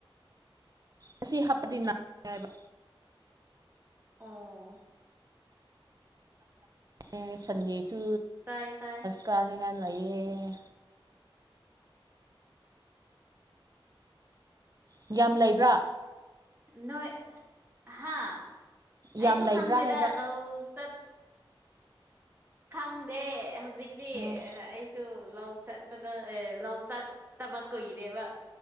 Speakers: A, on the right; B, on the right.
A: ꯑꯁꯤ ꯍꯥꯞꯄꯗꯤ <unintelligible> ꯍꯏꯕ
B: ꯑꯣ
A: <inaudible> ꯁꯟꯖ ꯁꯨ
B: ꯇꯥꯏꯌꯦ ꯇꯥꯏꯌꯦ
A: ꯀꯅꯤꯉꯥꯏ ꯂꯩꯌꯦ ꯌꯥꯝ ꯂꯩꯕ꯭ꯔꯥ
B: ꯅꯣꯏ ꯍꯥ ꯑꯩꯁꯨ
A: ꯌꯥꯝ ꯂꯩꯕ꯭ꯔꯥ
B: ꯈꯪꯗꯦꯗ
A: ꯍꯥꯏꯕ
B: ꯂꯧ ꯆꯠ ꯈꯪꯗꯦ ꯍꯧꯖꯤꯛꯇꯤ
A: ꯎꯝ
B: ꯑꯩ ꯁꯨ ꯂꯧ ꯆꯠꯄꯗ ꯑꯦ ꯂꯧ ꯆꯠꯇꯕ ꯀꯨꯏꯔꯦꯕ